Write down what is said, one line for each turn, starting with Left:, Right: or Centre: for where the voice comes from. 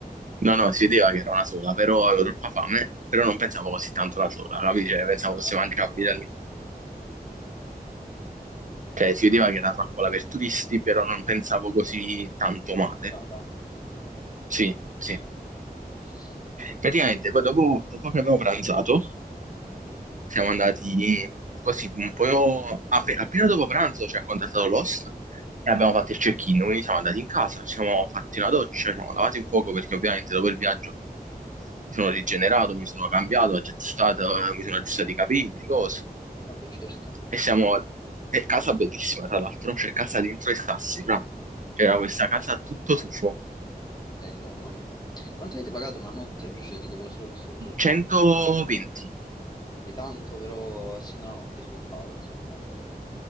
Right: No, no, si vedeva che era una sola, però avevo troppa fame, però non pensavo così tanto la sola, capi? Cioè, pensavo
Left: Ah,
Right: fosse mangiabile da lì.
Left: capito.
Right: Cioè, si vedeva che era trappola per turisti, però non pensavo così tanto male.
Left: Vietata.
Right: Sì, sì.
Left: <laughs> Capito.
Right: Praticamente,
Left: Poi?
Right: poi dopo, dopo che abbiamo pranzato, Siamo andati così, un po' app- appena dopo pranzo ci ha contattato l'host e abbiamo fatto il check-in, quindi siamo andati in casa, ci siamo fatti una doccia, ci siamo lavati un poco perché ovviamente dopo il viaggio mi sono rigenerato, mi sono cambiato, aggiustato, eh, mi sono aggiustato i capelli, cose.
Left: Vabbè, certo.
Right: E siamo... È casa bellissima, tra l'altro, c'è casa dentro i sassi, fra. C'era questa casa a tutto tufo.
Left: Bello, mamma mia. Quanto avete pagato una notte? Cioè, dico, per- solo per soggiornare.
Right: 120.
Left: Vabbè, tanto però essendo la notte si può fare, insomma, cioè,